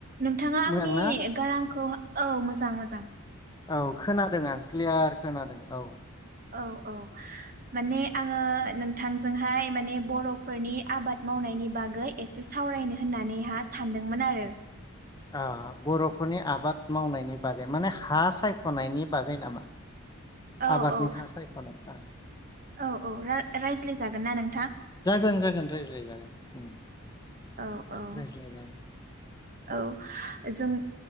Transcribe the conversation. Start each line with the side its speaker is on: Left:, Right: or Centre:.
Right: नोंथाङा आंनि
Left: मोजांना
Right: गारांखौ औ मोजां औ मोजां‌।
Left: औ खोनादों आं क्लियार खोनादों। औ
Right: औ औ माने आङो नोंथांजोंहाय माने बर'फोरनि आबाद मावनायनि बागै एसे सावरायनो होननानैहा सानदोंमोन आरो
Left: ओ बर'फोरनि आबाद मावनायनि बागै माने हा सायख'नायनि बागै नामा?
Right: औ
Left: आबादनि
Right: औ
Left: हा सायखनाय आ
Right: औ औ रा-रायज्लायजागोन ना नों
Left: जागोन जागोन रायज्लायजागोन। उम
Right: औ औ
Left: रायज्लाय जागोन
Right: औ जों